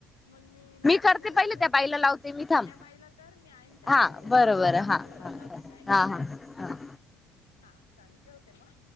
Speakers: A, on the left; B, on the left.
A: मग मी नंतर
B: करते
A: मी घेते
B: पहिले
A: बरं
B: त्या बाईला लावते मी थांब
A: त्या बाईला कर मी आईनच्या हच्यावरून
B: हा बरं बरं हा
A: बोलायला
B: हा
A: लावते मी आईन
B: हा
A: ना काही
B: हा
A: भिकणार
B: हा
A: हा चालेल ठवते मग